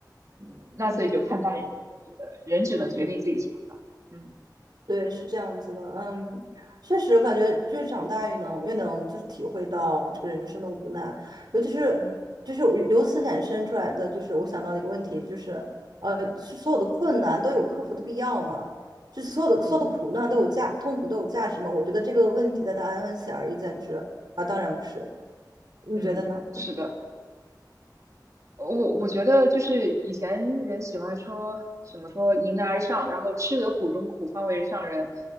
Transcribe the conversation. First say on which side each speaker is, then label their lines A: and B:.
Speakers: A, on the right; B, on the right.
A: 嗯，那所以就看淡一点，
B: 嗯
A: 我觉得人只能决定自己的想法，
B: 嗯。
A: 嗯
B: 对，是这样子的，嗯，确实我感觉越长大越能越能就是体会到这个人生的无奈，尤其是就是由由此衍生出来的，
A: 嗯
B: 就是我想到的一个问题，就是呃，是所有的困难都有克服的必要吗？就所有的所有的苦难都有价，
A: 嗯
B: 痛苦都有价值吗？我觉得这个问题的答案很显而易见，就是啊，当然不是，你觉得呢？
A: 嗯，是的。我我觉得就是以前人喜欢说什么说迎难而上，然后吃得苦中苦，方为人上人。